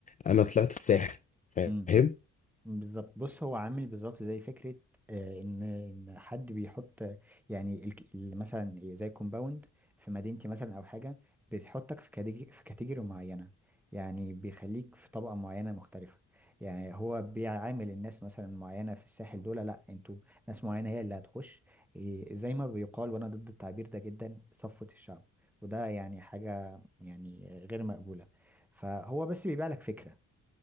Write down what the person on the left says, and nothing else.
انا طلعت الساحل فاهم